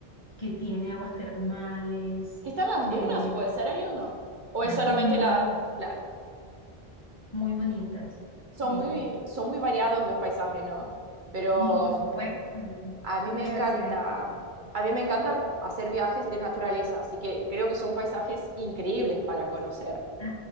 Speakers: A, on the left; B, on the right.
A: que tiene aguas termales,
B: Que están las dunas,
A: eh,
B: puede ser ahí o no. O es
A: las
B: solamente
A: dunas.
B: la... Claro,
A: muy bonitas,
B: son
A: dime.
B: muy, son muy variados los paisajes, ¿no? Pero
A: Y por supuesto,
B: a mí
A: una
B: me
A: diversidad
B: encanta, a mí me encanta hacer viajes de naturaleza, así que creo que son paisajes increíbles para conocer.
A: Ah,